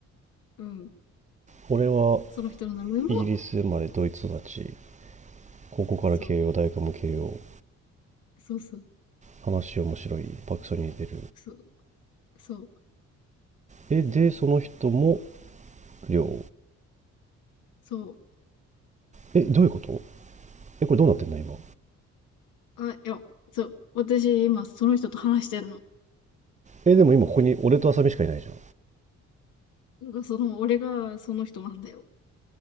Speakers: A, on the left; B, on the right.
A: うん。
B: 俺は
A: その人の名前も、
B: イギリス生まれドイツ育ち高校から慶応大学も慶応
A: そう、そうそう、
B: 話面白いパクソに似てる
A: そう、そう、
B: えでその人も亮
A: そう。
B: えどういうことえこれどうなってんの今
A: あ、いや、そう、私今その人と話してんの。
B: えでも今ここに俺と浅見しかいないじゃん
A: なんかその、俺がその人なんだよ。